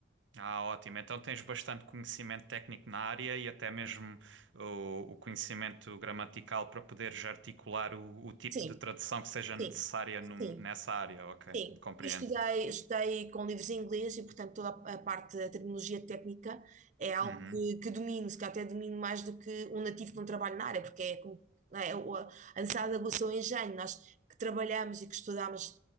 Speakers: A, on the right; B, on the right.
A: Ah, ótimo. Então tens bastante conhecimento técnico na área e até mesmo o, o conhecimento gramatical para poderes articular o, o tipo
B: Sim,
A: de tradução que seja
B: sim,
A: necessária
B: sim.
A: num- nessa área. Ok,
B: Sim,
A: compreendo.
B: eu estudei, estudei com livros em inglês e, portanto, toda a a parte da terminologia técnica é algo
A: Uhum.
B: que, que domino, se calhar até domino mais do que um nativo que não trabalha na área, porque é como não é, o- a necessidade de aguçou o engenho. Nós que trabalhamos e que estudamos